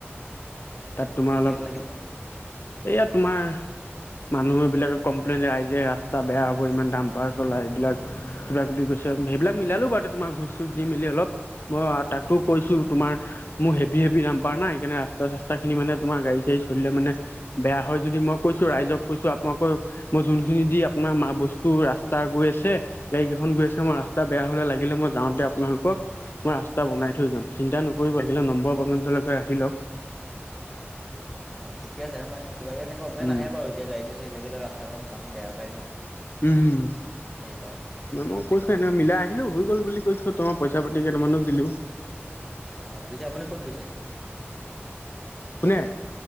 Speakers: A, on the left (about 55°); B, in the centre.
A: তাত তোমাৰ অলপ
B: লাগিছিলে
A: এয়া তোমাৰ মানুহ এইবিলাকে কমপ্লেইন ৰাইজে ৰাস্তা বেয়া হ'ব ইমান দম্পাৰ চলাই এইবিলাক কিবা কিবি কৈছে। সেইবিলাক মিলালো বাৰু তোমাৰ ঘোচ চোচ দি মিলি অলপ। মই
B: উম,
A: তাকটো
B: উম,
A: কৈছো তোমাৰ মোৰ হেভি হেভি দাম্পাৰ না সেইকাৰণে ৰাস্তা চাস্তা খিনি মানে তোমাৰ গাড়ী চাড়ী চলিলে মানে বেয়া হয় যদি মই কৈছো ৰাইজক কৈছো, আপোনালোকৰ মই যোনখিনি দি আপোনাৰ মা বস্তু ৰাস্তা গৈ আছে গাড়ী কেইখন
B: উম।
A: গৈ আছে মই ৰাস্তা বেয়া হলে লাগিলে মই যাওঁতে আপোনালোকক মই ৰাস্তা বনাই থৈ যাম, চিন্তা নকৰিব আহিলে নম্বৰ পৰ্যন্তকে ৰাখি লওক।
B: অঁ ঠিক আছে। এ কিবা এনে কমপ্লেইন
A: উম
B: আহে বাৰু এতিয়া গাড়ী চাড়ী চলি থাকিলে ৰাস্তা অ মানুহ বেয়া পায় ন।
A: উম উম
B: সেইকাৰণে।
A: ম মই কৈছো এনেই মিলাই আহিলো হৈ গ'ল বুলি কৈছো তোমাৰ পইচা পাতি কেইটানো দিলো।
B: অ' পিছে আপুনি ক'ত গৈছে?
A: কোনে?